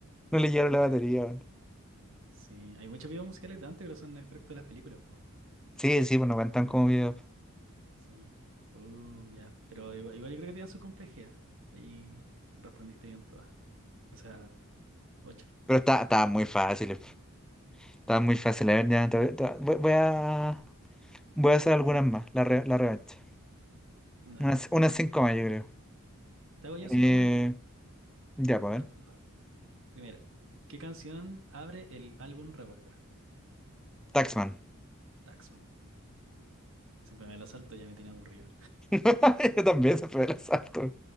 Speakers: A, in the centre; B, on the right.
A: no le llevaron la batería? weón.
B: Sí, hay muchos videos musicales de antes, pero son extractos de las películas, po.
A: Sí, sí, pues no cuentan como videos.
B: Sí. Uh, ya. Pero igual, igual yo creo que tenían su complejidad. Ahí respondiste bien todas. O sea, ocho.
A: Pero está, estaba muy fácil. Estaba muy fácil. A ver, ya, te- te- voy, voy a, voy a hacer algunas más. La, re- la revancha.
B: Dale.
A: Unas, unas cinco más, yo creo.
B: Te hago yo
A: Eh,
B: cinco más al tiro.
A: ya, pues
B: Mientras
A: a ver.
B: tanto. Primera. ¿Qué canción abre el álbum Revolver?
A: Taxman.
B: Taxman. Siempre me la salto, ya me tiene aburrido.
A: <laughs> Yo también se fue el asalto.